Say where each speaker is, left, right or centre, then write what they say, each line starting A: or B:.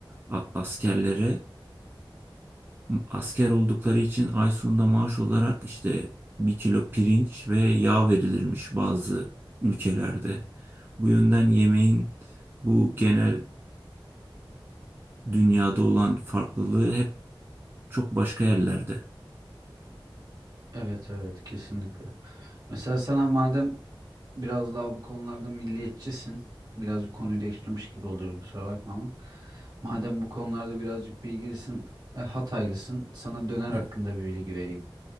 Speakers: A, on the right; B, on the right.
A: a- askerlere asker oldukları için ay sonunda maaş olarak işte bir kilo pirinç ve yağ verilirmiş bazı ülkelerde. Bu yönden yemeğin bu genel dünyada olan farklılığı hep çok başka yerlerde.
B: Evet evet kesinlikle. Mesela sana madem biraz daha bu konularda milliyetçisin. Birazcık konuyu değiştirmiş gibi oluyorum kusura bakma ama. Madem bu konularda birazcık bilgilisin, e, Hataylısın. Sana döner
A: Evet.
B: hakkında bir bilgi vereyim.